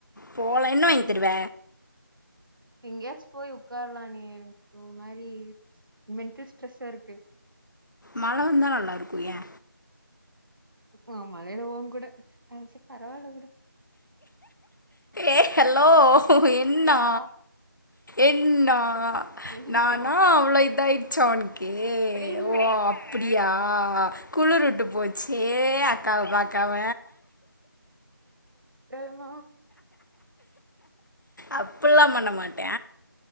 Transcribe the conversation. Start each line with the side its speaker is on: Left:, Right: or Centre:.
Left: போலா என்ன வாங் தருவ
Right: எங்யாச்சு போய் உக்காரலானி எனக்கு ஒரு மாரி மெண்டல் ட்ரெஸ்சா இருக்கு
Left: மழை வந்தா நல்லாருக்கு எ
Right: ம் ம் மழைல உங்கூட ம் சேர் பரவால்ல உடு
Left: ஏய் ஹலோ என்னா
Right: யா
Left: என்னா <inaudible>
Right: நின்னா
Left: நான்னா அவ்ளோ இதா ச்சா ஒன்க்கு
Right: அப்படி இல்ல
Left: ஓ அப்பிடியா குளிர் உட்டு போச்சு அக்காவ பாக்காம
Right: ஆமா
Left: அப்பிட்லா பண்ண மாட்டே